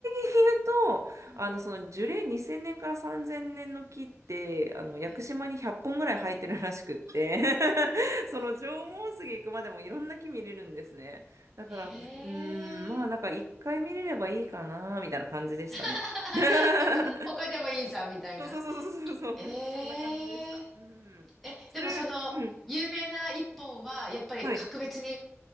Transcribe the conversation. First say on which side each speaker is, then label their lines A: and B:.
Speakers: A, on the right; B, in the centre.
A: 的に言うと、
B: ん。
A: あの、その樹齢2000年から3000年の木って、あの、
B: はい。
A: 屋久島に100本ぐらい生えてるらしくって、<laughs> その縄文杉行くまでもいろんな木見れるんですね。だから、
B: <laughs> へえ。
A: うーん、まあなんか一回見れればいいかな、みたいな感じでしたね。
B: <laughs>
A: <laughs>
B: 他、他でもいいじゃん、みたいな。
A: そうそうそうそうそうそう、
B: ええ
A: そんな感じでした。うん。
B: え、
A: それより、
B: でもその、
A: うん。
B: 有名な一本は、やっぱり格別に
A: はい。い